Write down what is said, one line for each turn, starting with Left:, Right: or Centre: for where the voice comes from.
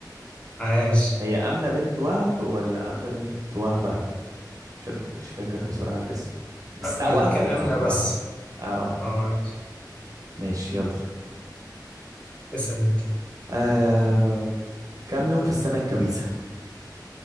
Left: عاش
Right: هي أمنة بنت وهب ولا أمنة بنت وهبة عشان مش فاكر بصراحة
Left: آه.
Right: الاسم بس
Left: انا
Right: لا وهب
Left: فاكر امنه
Right: وهب
Left: بس
Right: وهب اه وهب
Left: اه ماشي.
Right: ماشي يلا
Left: اسال انت
Right: آه كام يوم في السنة الكبيسة